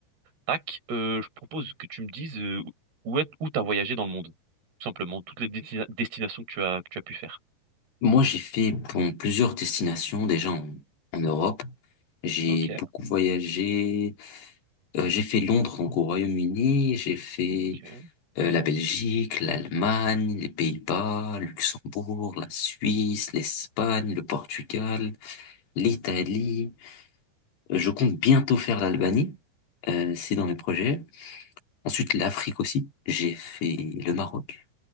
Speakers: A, on the right; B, on the left.
A: tac, euh, je propose que tu me dises euh, où est, où t'as voyagé dans le monde, tout simplement, toutes les destina- destinations que tu as, que tu as pu faire.
B: Moi, j'ai fait bon, plusieurs destinations déjà en, en Europe. J'ai
A: Ok,
B: beaucoup voyagé Euh, j'ai fait Londres, donc au Royaume-Uni, j'ai fait
A: ok,
B: euh, la Belgique, l'Allemagne, les Pays-Bas, Luxembourg, la Suisse, l'Espagne, le Portugal, l'Italie. Euh, je compte bientôt faire l'Albanie, Euh, c'est dans mes projets. Ensuite, l'Afrique aussi, j'ai fait le Maroc,